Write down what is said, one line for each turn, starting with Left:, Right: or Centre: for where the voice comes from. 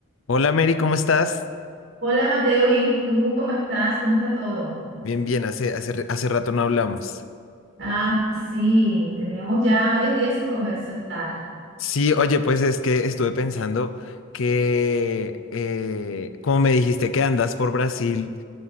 Left: Hola Mary, ¿cómo estás?
Right: Hola Mateo, bien, ¿y tú? ¿Cómo estás? ¿Cómo está todo?
Left: Bien, bien, hace, hace, hace rato no hablamos.
Right: Ah, sí, teníamos ya varios días sin conversar.
Left: Sí, oye, pues es que estuve pensando que, eh, como me dijiste que andas por Brasil,